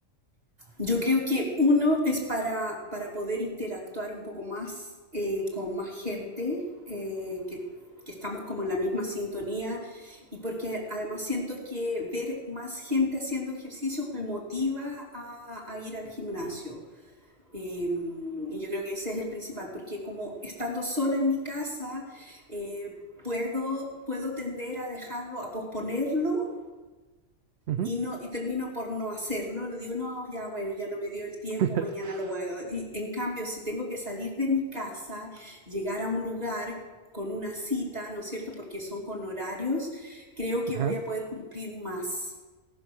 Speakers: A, on the right; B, on the right.
A: Yo creo que uno es para, para poder interactuar un poco más eh, con más gente, eh, que, que estamos como en la misma sintonía y porque además siento que ver más gente haciendo ejercicios me motiva a, a ir al gimnasio. Eh, y yo creo que ese es el principal, porque como estando sola en mi casa, eh, puedo, puedo tender a dejarlo, a posponerlo
B: Ujú.
A: y no y termino por no hacerlo, le digo, no, ya bueno, ya no me dio el tiempo,
B: <laughs>
A: mañana lo voy a... hacer. Y en cambio, si tengo que salir de mi casa, llegar a un lugar con una cita, ¿no es cierto? Porque son con horarios, creo que
B: Ajá.
A: voy a poder cumplir más.